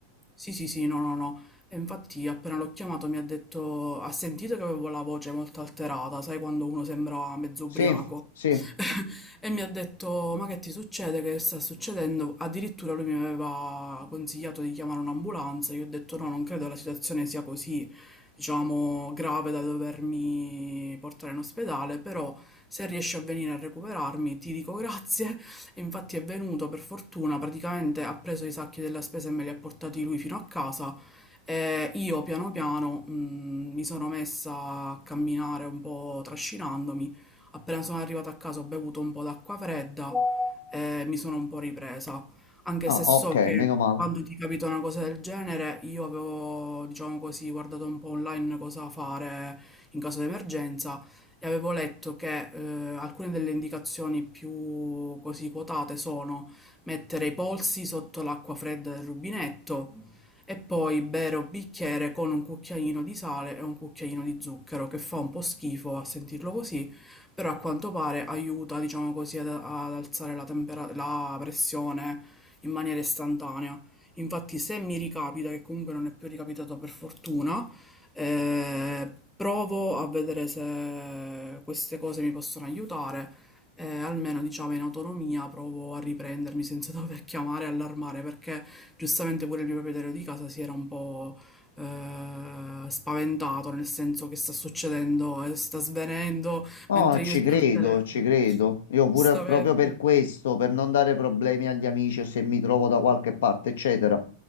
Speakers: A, in the centre; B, on the left.
A: Sì, sì, sì, no, no, no. E infatti appena l'ho chiamato mi ha detto, ha sentito che avevo la voce molto alterata, sai quando uno sembra mezzo
B: sì,
A: ubriaco?
B: sì,
A: <laughs> E mi ha detto, ma che ti succede? Che sta succedendo? Addirittura lui mi aveva consigliato di chiamare un'ambulanza, io ho detto no, non credo la situazione sia così diciamo, grave da dovermi portare in ospedale, però se riesce a venire a recuperarmi ti dico grazie. E infatti è venuto per fortuna, praticamente ha preso i sacchi della spesa e me li ha portati lui fino a casa. E io piano piano mh, mi sono messa a camminare un po' trascinandomi. Appena sono arrivata a casa ho bevuto un po' d'acqua fredda e mi sono un po' ripresa. Anche
B: ah
A: se so
B: ok,
A: che
B: meno male.
A: quando ti capita una cosa del genere, io avevo, diciamo così, guardato un po' online cosa fare in caso di emergenza e avevo letto che eh, alcune delle indicazioni più così quotate sono mettere i polsi sotto l'acqua fredda del rubinetto e poi bere un bicchiere con un cucchiaino di sale e un cucchiaino di zucchero, che fa un po' schifo a sentirlo così, però a quanto pare aiuta, diciamo così, ad, ad alzare la tempera- la pressione in maniera istantanea. Infatti, se mi ricapita, che comunque non è più ricapitato per fortuna, eh, provo a vedere se queste cose mi possono aiutare. eh, almeno diciamo in autonomia provo a riprendermi senza <laughs> dover chiamare e allarmare perché giustamente pure il mio proprietario di casa si era un po' eh, spaventato nel senso che sta succedendo e sta svenendo
B: No,
A: mentre
B: ci
A: io sono
B: credo,
A: al telefono.
B: ci credo. Io pure
A: Giustamente.
B: proprio per questo, per non dare problemi agli amici o se mi trovo da qualche parte, eccetera,